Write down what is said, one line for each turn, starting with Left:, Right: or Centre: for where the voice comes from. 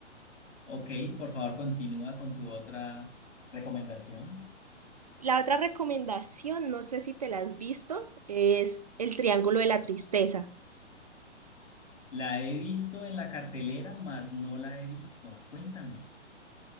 Left: Ok, por favor, continúa con tu otra recomendación.
Right: La otra recomendación, no sé si te la has visto, es El Triángulo de la Tristeza.
Left: La he visto en la cartelera, mas no la he visto. Cuéntame.